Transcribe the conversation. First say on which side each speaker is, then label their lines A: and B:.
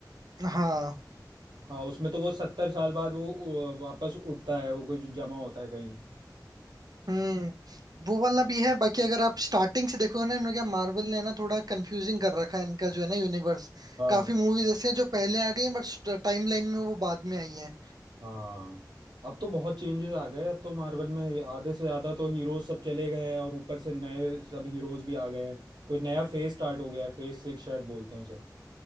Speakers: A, on the right; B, on the right.
A: हाँ
B: हाँ उसमें तो वो सत्तर साल बाद वो उ- वापस उठता है वो कुछ जमा होता है कहीं
A: हम्म वो वाला भी है बाकी अगर आप स्टार्टिंग से देखोगे ना इन्होंने क्या मार्वल ने ना थोड़ा कंफ्यूजिंग कर रखा है इनका जो है ना यूनिवर्स
B: हाँ
A: काफी मूवीज ऐसी हैं जो पहले आ गई हैं बट टाइमलाइन में वो बाद में आई हैं
B: हाँ अब तो बहुत चेंजेस आ गए अब तो मार्वल में आधे से ज़्यादा तो हीरोज सब चले गए हैं और ऊपर से नए सब हीरोज भी आ गए हैं कोई नया फेज स्टार्ट हो गया है फेज सिक्स शायद बोलते हैं उसे